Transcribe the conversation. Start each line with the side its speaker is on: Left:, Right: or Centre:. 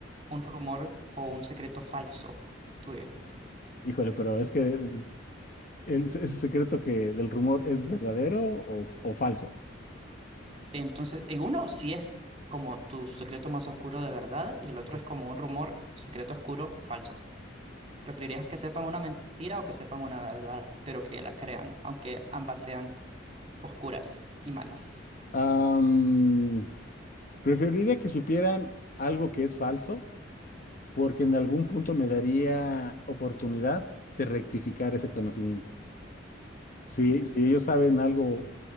Right: un rumor o un secreto falso tuyo?
Left: Híjole, pero es que el- ese secreto que del rumor es verdadero o, o falso.
Right: Entonces, en uno sí es como tu secreto más oscuro de verdad y el otro
Left: Sí.
Right: es como un rumor, secreto oscuro, falso. ¿Preferirías que sepan una mentira o que sepan una verdad, pero que la crean, aunque ambas sean oscuras y malas?
Left: Am, preferiría que supieran algo que es falso porque en algún punto me daría oportunidad de rectificar ese conocimiento. Si, si ellos saben algo